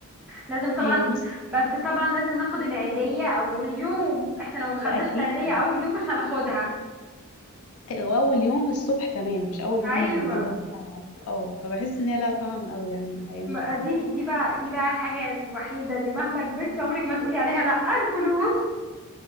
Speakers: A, in the centre; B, on the left.
A: لازم طبعا
B: آه، بص
A: بس طبعا لازم ناخد العيدية اول يوم احنا لو ما خدناش
B: ده اكيد
A: العيدية اول يوم مش هناخدها
B: آه، واول يوم الصبح كمان مش اول
A: ايوه
B: يوم بالظهر بقى العصر. اه فبحس ان هي لها طعم قوي يعني الايام
A: ما-
B: التانية
A: دي دي بقى دي بقى الحاجة الوحيدة اللي مهما كبرتي عمرك ما تقولي عليها لا الفلوس